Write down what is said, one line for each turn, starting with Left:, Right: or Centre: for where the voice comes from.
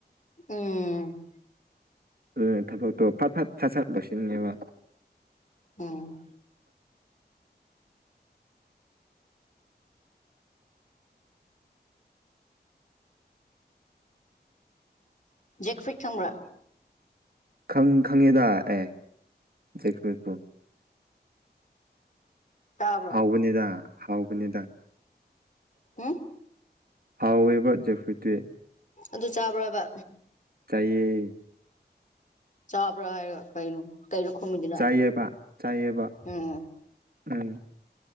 Left: ꯎꯝ
Right: ꯎ ꯊꯕꯛꯛꯇꯣ ꯐ ꯐꯠ ꯐꯊꯠ ꯂꯣꯁꯤꯅꯦꯕ
Left: ꯎꯝ ꯦꯛꯦꯛ ꯐꯤ ꯊ꯭ꯔꯥ
Right: ꯪ ꯈꯪꯉꯦꯗ ꯑꯦꯦꯛ ꯐꯄꯨ
Left: ꯇꯥꯕ
Right: ꯍꯥꯎꯕꯅꯤꯗ ꯍꯥꯎꯕꯅꯤꯗ
Left: ꯎꯝ
Right: ꯍꯥꯎꯋꯦꯕ ꯖꯦꯛꯐꯇꯤ
Left: ꯑꯗꯨ ꯆꯥꯕ꯭ꯔꯣꯕ
Right: ꯇꯌꯦ
Left: ꯆꯥꯄꯔ ꯀꯥꯏꯅ ꯀꯩꯔꯀꯝ ꯏꯗꯨꯅ
Right: ꯆꯥꯏꯌꯦꯕ ꯆꯥꯏꯌꯦꯕ
Left: ꯎꯝ
Right: ꯎꯝ